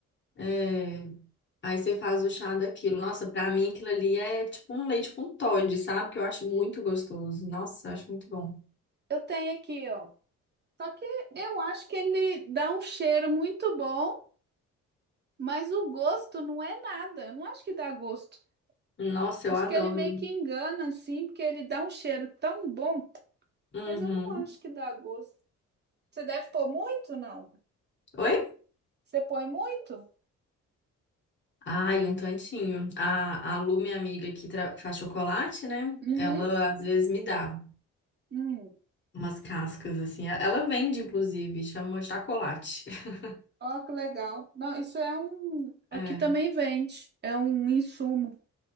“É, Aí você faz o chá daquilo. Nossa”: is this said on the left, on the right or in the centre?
Left